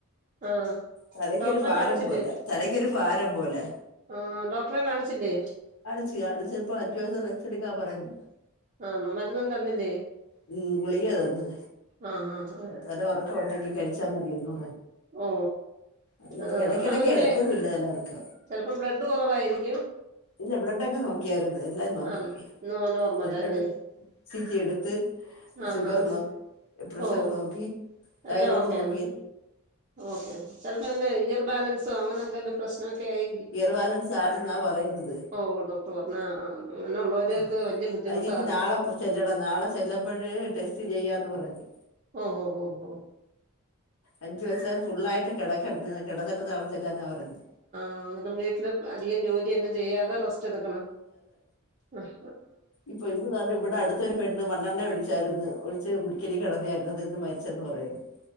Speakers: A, on the right; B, on the left.
A: ആഹ്
B: തലക്കൊരു
A: ഡോക്ടറെ
B: ഫാരം
A: കാണിച്ചില്ലേ
B: പോല തലക്കൊരു ഫാരം പോലെ.
A: ആഹ് ഡോക്ടറെ കാണിച്ചില്ലേ
B: അടിച്ചു അടിച്ച ഇപ്പൊ അഞ്ചു വയസം റസ്ച് എടുക്കാ പറഞ്ഞു.
A: ആണോ മരുന്നും തന്നില്ലേ
B: മ് ഗുളിക തന്ന്.
A: ആഹ് ഹ.
B: തല ഉറക്കം ഉണ്ടെങ്കി കഴിച്ചാൽ മതിയൊന്നൂ.
A: ഓ
B: അത്പ്പോ
A: ആഹ്
B: ഇടക്കിടക്ക്
A: അങ്ങനെ
B: എപ്പോഴും ഇല്ലതല്ലർക്ക
A: ചെലപ്പം ബ്ലഡ് കുറവായിരിക്കും
B: ഇല്ല ബ്ലഡൊക്കെ നോക്കിയാര്. എല്ലാരും നോക്കി
A: ആഹ് നോ നോർമലാ
B: എ
A: അല്ലേ
B: ചറ്റി എടുത്ത്
A: ആഹ്
B: ഷുഗർ
A: ആഹ്
B: നോി
A: ആഹ്
B: പ്രഷർ
A: ഓ
B: നോക്കി തായറോഡ്
A: എല്ലാം ഓക്കെയാണ്
B: നോക്കിയ
A: ഓക്കെ ചെിലപ്പോ അതിന്റെ ഇയർ ബാലൻസോ അങ്ങനെ എന്തെങ്കിലും പ്രശ്നൊക്കെ ആയി
B: എർവാലൻസ് ആണെന്നാ പറയുന്നത്
A: ഓ ഡോക്ടർ പറഞ്ഞ ആഹ് ആഹ് അങ്ങനെയുള്ളവരെയൊക്കെ
B: ആ
A: വല്യ ബുദ്ധിമുട്ടാ
B: അതിനി
A: അത്
B: നാളെ ചെല്ലണം നാളെ ചെല്ലുമ്പോഴ് ടെസ്റ്റ് ചെയ്യാ എന്ന് പറഞ്ഞു
A: ആഹ ആഹ് ഹഹ ഹഹ
B: അഞ്ചു വിവസ ഫുുള്ളായിട്ട് കിടക്ക കിടന്നിട്ട് നാളെ ചെല്ലാന്നാ പറഞ്ഞു
A: ആന്നിട്ട് വീട്ടില് അധികം ജോലിയൊന്നും ചെയ്യാതെ റെസ്റ്റ് എടുക്കണം ആഹ
B: ഇപ്പ ഇന്ന് കണ്ട് ഇവിടടുത്തൊരു പെണ്ണ് മണ്ണെണ്ണയൊഴിച് ായിന്ന് ഒിച്ച് മടിക്കലി കിന്നായിരുന്നു അത് ഇന്ന് മരിച്ചന്ന് പറയരുന്നു <unintelligible>